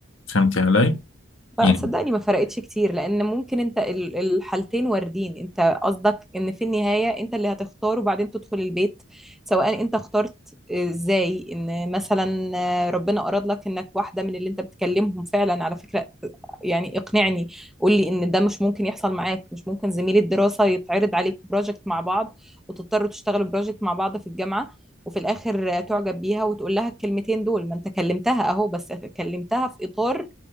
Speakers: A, on the left; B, in the centre.
A: فهمتي علي؟
B: بقى
A: يعني
B: صدقني ما فرقتش كتير لان ممكن انت ال- الحالتين واردين انت قصدك ان في النهاية انت اللي هتختار وبعدين تدخل البيت سواء انت اخترت ازاي ان مثلا ربنا اراد لك انك واحدة من اللي انت بتكلمهم فعلا على فكرة يعني اقنعني قول لي ان ده مش ممكن يحصل معاك مش ممكن زميل الدراسة يتعرض عليك بروجكت مع بعض وتضطروا تشتغلوا بروجكت مع بعض في الجامعة وفي الاخر تعجب بيها وتقول لها الكلمتين دول ما انت كلمتها اهو بس كلمتها في اطار